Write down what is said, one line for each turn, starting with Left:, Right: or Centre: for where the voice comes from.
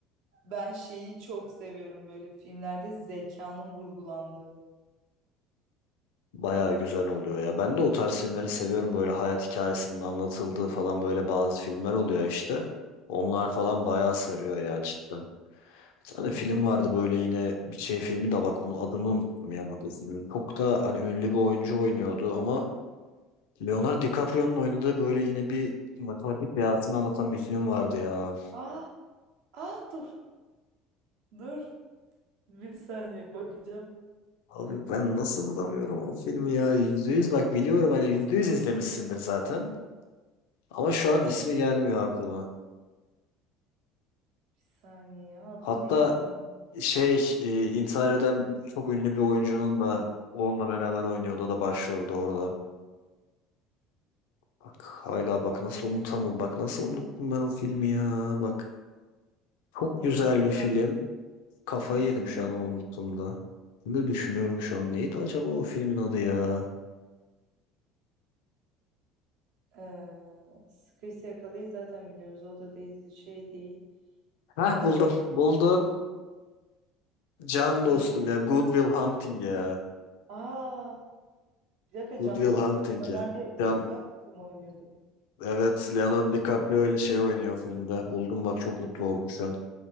Right: ben şeyi çok seviyorum böyle filmlerde zekanın vurgulandığı.
Left: Bayağı güzel oluyor ya. Ben de o tarz filmleri seviyorum. Böyle hayat hikayesinin anlatıldığı falan böyle bazı filmler oluyor işte. Onlar falan bayağı sarıyor ya cidden. Bir tane film vardı böyle yine bir şey filmi de bak onu adını unuttum ya bak o filmin. Çok da hani ünlü bir oyuncu oynuyordu ama Leonardo DiCaprio'nun oynadığı böyle yine bir matematik beyazını anlatan bir film vardı ya.
Right: Aa, aa dur. Dur. Bir saniye bakacağım.
Left: Abi ben nasıl bulamıyorum o filmi ya. Yüzde yüz bak biliyorum hani yüzde yüz izlemişsindir zaten. Ama şu
Right: Ee,
Left: an ismi gelmiyor aklıma.
Right: bir saniye. Adı
Left: Hatta
Right: neydi o?
Left: şey e, intihar eden çok ünlü bir oyuncunun da onunla beraber oynuyordu. O da başroldü orada. Bak hala bak nasıl unutamam. Bak nasıl unuttum ben o filmi ya. Bak çok
Right: Yani
Left: güzel
Right: ben şu
Left: bir film.
Right: an
Left: Kafayı
Right: düşünüyorum.
Left: yedim şu an onu unuttuğumda. Ne düşünüyorum şu an. Neydi acaba o filmin adı ya?
Right: Ee, Sıkıysa yakalayı zaten biliyoruz. O da değil, şey değil.
Left: Hah
Right: Ee,
Left: buldum. Buldum. Can
Right: ne?
Left: dostum ya. Good Will Hunting ya.
Right: Aa, bir dakika
Left: Good
Right: Can
Left: Will
Right: Dostum'da
Left: Hunting
Right: Leonardo
Left: ya. Can
Right: DiCaprio mu oynuyordu?
Left: evet Leonardo DiCaprio ile şey oynuyor filmde. Buldum bak çok mutlu oldum şu an.